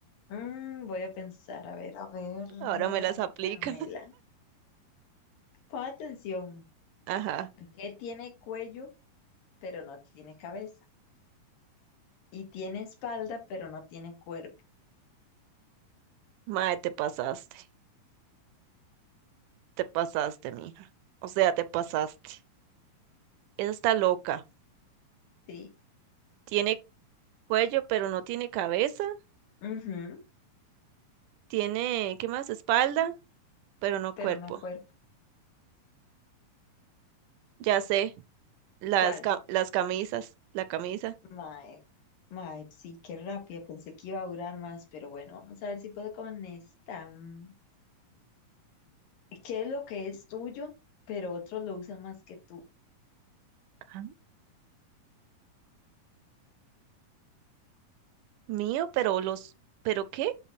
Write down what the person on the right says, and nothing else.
Ahora me las
aplica.
<laughs> Ajá.
Mae, te pasaste. Te pasaste, mija. O sea, te pasaste. Esa está loca.
Tiene cuello, pero no tiene cabeza.
Tiene, ¿qué más? Espalda, pero no cuerpo.
Ya sé, las,
ca- las camisas, la camisa.
Ajá. Mío, pero los, ¿pero qué?